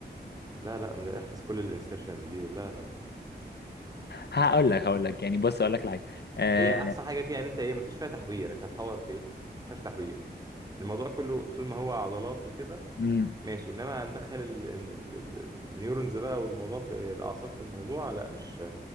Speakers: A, on the right (about 20°); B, on the left (about 75°).
A: لا لا ده احفظ كل الانسرشنز دي لا لا لا
B: هقول لك هقول لك يعني بص اقول لك الحاجه آه...
A: هي احسن حاجة فيها ان انت ايه مفيش فيها تحوير انت هتحور في ايه مفيهاش تحوير الموضوع كله طول ما هو عضلات وكده
B: امم
A: ماشي انما هندخل ال- ال- ال- ال- النيورونز بقى والموضوع في الاعصاب في الموضوع لا مش